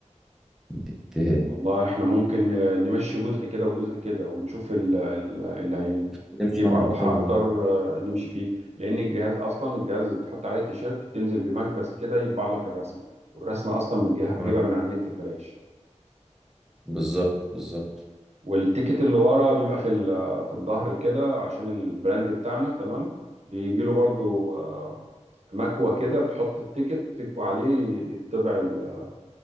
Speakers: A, in the centre; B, on the right (about 65°).
A: بت
B: والله احنا ممكن آه، نمشي جزء كده وجزء كده ونشوف ال- ال- اللي
A: بتمشي
B: هيجيب
A: معانا
B: ارباح
A: اكتر
B: اكتر
A: و...
B: آه، نمشي فيه لان الجهاز اصلا الجهاز تحط عليه تيشيرت تنزل بمكبس كده يطبع لك الرسمه والرسمه اصلا بتجي- هتجيبها
A: <laughs>
B: من على النت ببلاش
A: بالظبط بالظبط
B: والتيكت اللي ورا بيبقى في ال- في الظهر كده عشان البراند بتاعنا تمام بيجي له برضو آه، مكوه كده بتحط التيكت تكوي عليه يطبع ال-